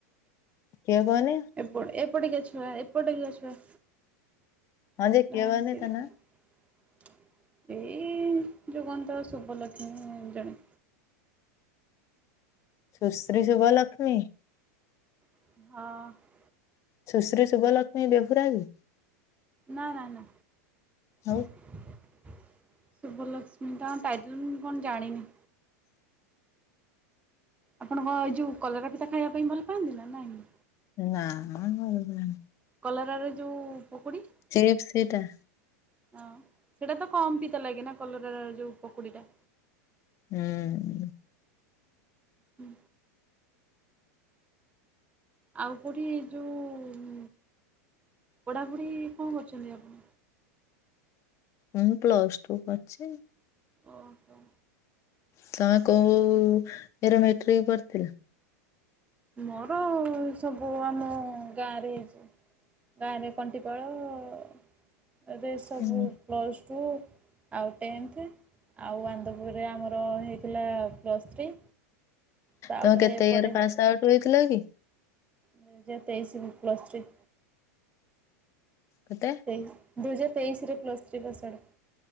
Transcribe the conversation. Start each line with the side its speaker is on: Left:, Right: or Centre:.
Left: କିଏ କହନି?
Right: ଏପଟ- ଏପଟିକା ଛୁଆ ଏପଟିକା ଛୁଆ।
Left: ହଁ ଯେ କିଏ
Right: ସେ
Left: କହନି
Right: ମିଶେଇ
Left: ତା
Right: ଦେଇଥିଲେ
Left: ନାଁ
Right: ଏଇ ଯଉ କଣ୍ ତ ଶୁଭଲକ୍ଷ୍ମୀ ଉଁ- ଜଣେ।
Left: ସୁଶ୍ରୀ ଶୁଭଲକ୍ଷ୍ମୀ?
Right: ହଁ।
Left: ସୁଶ୍ରୀ ଶୁଭଲକ୍ଷ୍ମୀ ବେହୁରା ବି?
Right: ନା ନା ନା
Left: ଆଉ
Right: ଶୁଭଲକ୍ଷ୍ସ୍ ଉଁ ତାଙ୍କ ଟାଇଟେଲ ମୁଁ କଣ ଜାଣିନି। ଆପଣଙ୍କ ଏଇ ଯୋଉ କଲରା ପିତା ଖାଇବା ପାଇଁ ଭଲ ପାଆନ୍ତି ନା ନାହିଁ?
Left: ନା ଭଲପାଏନି।
Right: କଲରାରେ ଯୋଉ ପକୁଡି?
Left: ସେଏପ ସେଇଟା?
Right: ହଁ ସେଇଟା ତ କମ୍ ପିତା ଲାଗେ ନା କଲରାର ଯୋଉ ପକୁଡିଟା।
Left: ହୁଁଉଁ।
Right: ହୁଁ। ଆଉ କୋଉଠି ଯୋଉ ଉଁ ପଢ଼ାପଢ଼ି କଣ କରୁଛନ୍ତି ଆପଣ?
Left: ମୁଁ ପ୍ଲସ ଟୁ କରିଛି।
Right: ଓହୋ।
Left: ତମେ କୋଉ ଇୟର ମେଟ୍ରିକ ପଡିଥିଲ?
Right: ମୋର ସବୁ ଆମ ଗାଁରେ ହେଇଛି। ଗାଁରେ କଣ୍ଟି ପାଳରେ ସବୁ
Left: ହୁଁ।
Right: ପ୍ଲସ୍ ଟୁ ଆଉ ଟେନ୍ଥେ ଆଉ ଆନନ୍ଦପୁରରେ ଆମ ର ହେଇଥିଲା ପ୍ଲସ୍ ଥ୍ରୀ। ତାପରେ
Left: ତମେ କେତେ
Right: ଏପଟେ
Left: ଇୟରରେ ପାସ୍ ଆଉଟ୍ ହେଇଥିଲ କି?
Right: ଦୁଇହଜାର ତେଇଶିରୁ ପ୍ଲସ୍ ଥ୍ରୀ।
Left: କେତେ?
Right: ତେଇଶି ଦୁଇହଜାର ତେଇଶିରେ ପ୍ଲସ୍ ଥ୍ରୀ ପାସ୍ ଆଉଟ୍।